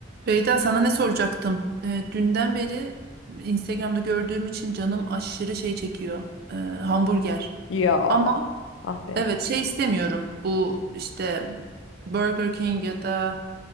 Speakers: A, on the right; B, on the left.
A: Beyda sana ne soracaktım? Ee, dünden beri Instagram'da gördüğüm için canım aşırı şey çekiyor. Ee, hamburger.
B: Ya
A: Ama
B: ah be.
A: evet şey istemiyorum. Bu işte Burger King ya da